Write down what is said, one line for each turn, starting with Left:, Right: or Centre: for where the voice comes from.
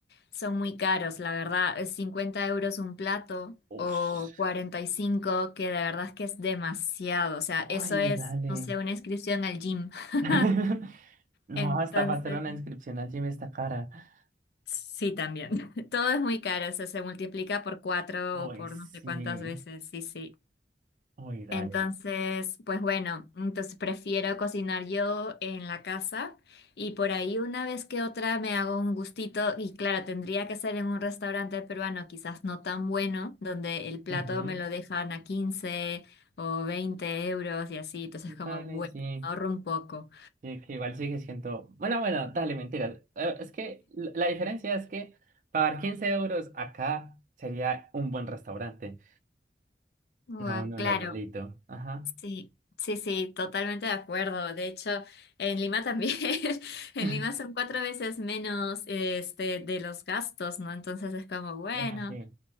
Left: Son muy caros, la verdad. Es 50 euros un plato
Right: Uf.
Left: o cuarenta y cinco que de verdad es que es demasiado. O sea, eso
Right: Ay,
Left: es,
Right: dale.
Left: no sé, una inscripción al gym. <laughs>
Right: <laughs> No,
Left: Entonces,
Right: hasta para hacer una inscripción allí me está cara.
Left: sí, también. <laughs> Todo es muy caro, o sea, se multiplica por cuatro
Right: Uy,
Left: o por
Right: sí.
Left: no sé cuántas veces. Sí, sí.
Right: Uy, dale.
Left: Entonces, pues bueno, entonces prefiero cocinar yo en la casa y por ahí una vez que otra me hago un gustito y claro, tendría que ser en un restaurante peruano quizás no tan bueno, donde el plato
Right: Ujú.
Left: me lo dejan a 15 o 20 euros y así, entonces como
Right: Dale,
Left: bueno,
Right: sí.
Left: ahorro un poco.
Right: Sí, que igual sigue siendo. Bueno, bueno, dale, mentiras. Eh, Es que l- la diferencia es que pagar 15 euros acá sería un buen restaurante,
Left: Guau,
Right: no uno
Left: claro.
Right: normalito. Ajá.
Left: Sí, sí, sí, totalmente de acuerdo. De hecho, en Lima también, <laughs> en
Right: <laughs>
Left: Lima son cuatro veces menos este, de los gastos, ¿no? Entonces es como, bueno,
Right: Es así.